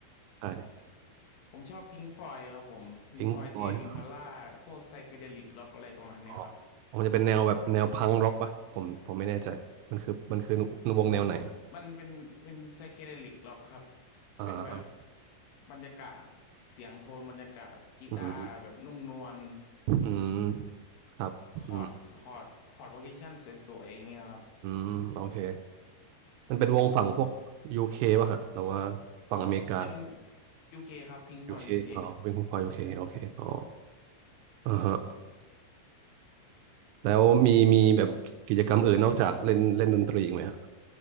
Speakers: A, on the right; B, on the left.
A: ใช่
B: ผมชอบพิงฟอยครับผมพิงฟอยเทมอิมพัลล่าพวกไซเคเดลิกล็อกอะไรประมาณเนี้ยครับ
A: พิงค์ฟลอยด์อ๋อผมจะเป็นแนวแบบแนวพังร็อกปะผมผมไม่แน่ใจมันคือมันคือวงแนวไหนอะ
B: มันเป็นเป็นไซเคเดลิกร็อกครับ
A: อ่า
B: เป็นแบบบรรยากาศเสียงโทนบรรยากาศกีตาร์แบบนุ่มนวล
A: อืม อืมครับอืม
B: คอร์ดคอร์ดคอร์ดโปรเกชันสวยๆอย่างเงี้ยครับ
A: อืมโอเคมันเป็นวงฝั่งพวกยูเคป่ะฮะหรือว่าฝั่งอเมริกา
B: เป็น UK คครับ Pink Floyd
A: ยูเคอ๋อวิ่งฝั่งยูเคโอเคอ๋อ
B: UK
A: อ่าฮะแล้วมีมีแบบกิจกรรมอื่นนอกจากเล่นเล่นดนตรีอีกไหมฮะ